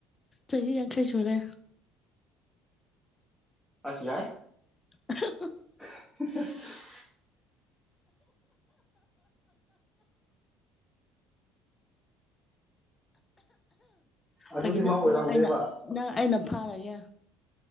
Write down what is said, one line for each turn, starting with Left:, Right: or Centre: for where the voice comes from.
Left: ꯆꯍꯤ ꯌꯥꯡꯈꯩ ꯁꯨꯔꯦ
Centre: ꯑꯁ ꯌꯥꯏ
Left: <unintelligible>
Centre: <unintelligible> ꯑꯗꯨꯗꯤ
Left: ꯐꯒꯤ ꯅꯠꯇꯅ
Centre: ꯃꯥ ꯑꯣꯏꯔꯝꯒꯅꯦꯕ
Left: ꯑꯩꯅ ꯅꯪ ꯑꯩꯅ ꯐꯥꯔꯒꯦ